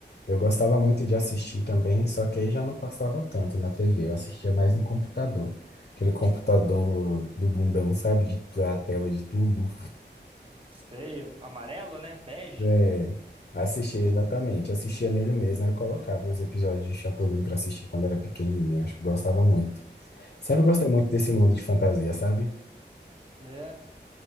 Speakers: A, on the left; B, on the right.
A: Eu gostava muito de assistir também, só que aí já não passava tanto na TV, eu assistia mais no computador. Aquele computador do bundão, sabe? De tu- a tela de tubo.
B: Sei, o- amarelo, né? Bege.
A: É, assistia exatamente, assistia nele mesmo, aí eu colocava os episódios de Chapolin pra assistir quando era pequenininho, acho que gostava muito. Sempre gostei
B: Co-
A: muito desse mundo de fantasia, sabe?
B: É,